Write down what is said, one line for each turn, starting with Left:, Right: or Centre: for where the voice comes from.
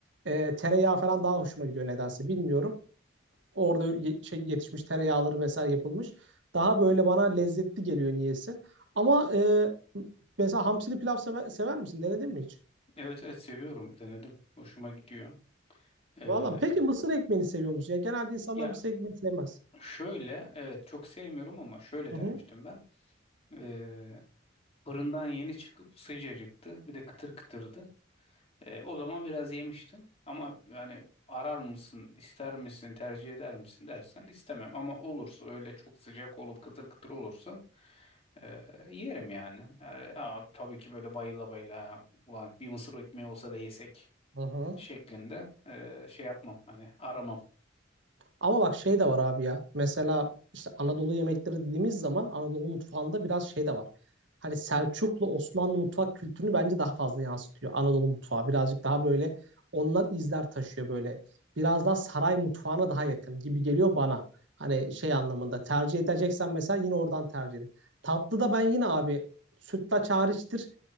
Right: Ee, tereyağı falan daha hoşuma gidiyor nedense bilmiyorum. Orada ye- şey yetişmiş tereyağları vesaire yapılmış. Daha böyle bana lezzetli geliyor niyeyse. Ama e, mesela hamsili pilav sever, sever misin? Denedin mi hiç?
Left: Evet evet seviyorum denedim. Hoşuma gidiyor. Ee,
Right: Valla peki mısır ekmeğini seviyor musun? Ya genelde insanlar
Left: ya
Right: mısır ekmeğini sevmez.
Left: şöyle evet çok sevmiyorum ama şöyle
Right: Hı
Left: denemiştim
Right: hı.
Left: ben. Ee, fırından yeni çıkıp sıcacıktı. Bir de kıtır kıtırdı. Ee, o zaman biraz yemiştim. Ama yani arar mısın, ister misin, tercih eder misin dersen istemem. Ama olursa öyle çok sıcak olup kıtır kıtır olursa ee, yerim yani. Ee, ama tabii ki böyle bayıla bayıla ulan bir mısır ekmeği olsa da yesek
Right: Hı hı.
Left: şeklinde eee, şey yapmam hani aramam
Right: Ama bak şey de var abi ya. Mesela işte Anadolu yemekleri dediğimiz zaman Anadolu mutfağında biraz şey de var. Hani Selçuklu Osmanlı mutfak kültürünü bence daha fazla yansıtıyor. Anadolu mutfağı birazcık daha böyle ondan izler taşıyor böyle. Biraz daha saray mutfağına daha yakın gibi geliyor bana. Hani şey anlamında tercih edeceksen mesela yine oradan tercih edin. Tatlı da ben yine abi sütlaç hariçtir.